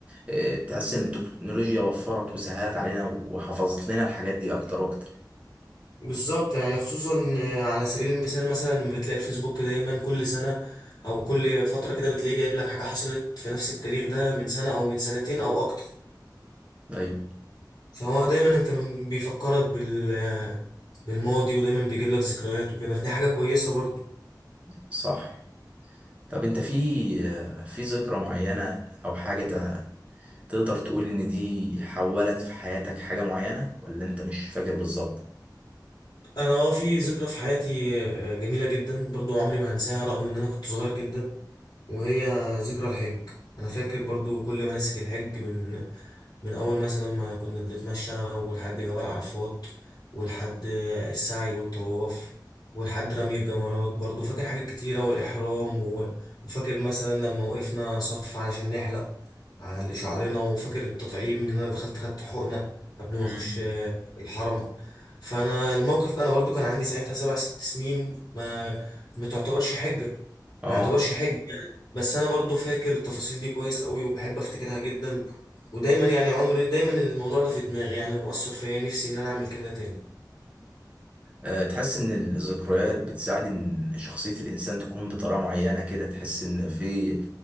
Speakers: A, on the right (about 15°); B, on the left (about 55°).
A: اه، تحس ان التكنولوجيا وفرت وسهلت علينا وحفظت لنا الحاجات دي اكتر واكتر
B: بالظبط يعني خصوصا آه، على سبيل المثال مثلا لما بتلاقي الفيسبوك دايما كل سنة او كل فترة كده بتلاقيه جايب لك حاجة حصلت في نفس التاريخ ده من سنة او من سنتين او اكتر
A: ايوه
B: فهو دايما انت بيفكرك بال آه، بالماضي ودايما بيجيب لك ذكريات وكده فدي حاجة كويسة برضو
A: صح طب انت في اه، في ذكرى معينة او حاجة ت- تقدر تقول ان دي حولت في حياتك حاجة معينة ولا انت مش فاكر بالظبط؟
B: انا اه في ذكرى في حياتي آه، جميلة جدا برضو عمري ما هنساها رغم ان انا كنت صغير جدا وهي ذكرى الحج انا فاكر برضو كل مناسك الحج من من أول مثلا ما كنا بنتمشى ولحد جبل عرفات ولحد السعي والطواف ولحد رمي الجمرات برضو فاكر حاجات كتيرة والإحرام و- وفاكر مثلا لما وقفنا صف علشان نحلق على شعرنا وفاكر التطعيم إن أنا دخلت خدت حقنة قبل
A: امم
B: ما أخش آه، الحرم فأنا الموقف ده أنا برضو كان عندي ساعتها سبع ست سنين ما ما تعتبرش حجة
A: اه
B: ما يعتبرش حج يعني بس انا برضو فاكر التفاصيل دي كويس قوي وبحب افتكرها جدا ودايما يعني عمري دايما الموضوع ده في دماغي يعني ومؤثر فيا نفسي ان انا اعمل كده تاني
A: آه، تحس ان الذكريات بتساعد ان شخصية الانسان تكون بطريقة معينة كده تحس ان في